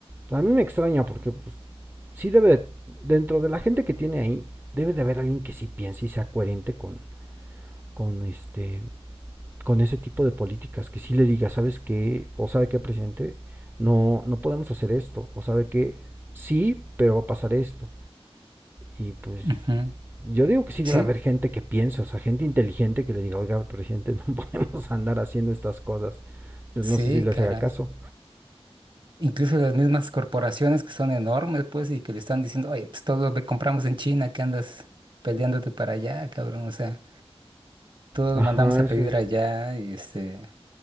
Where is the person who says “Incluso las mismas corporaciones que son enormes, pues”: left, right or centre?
Right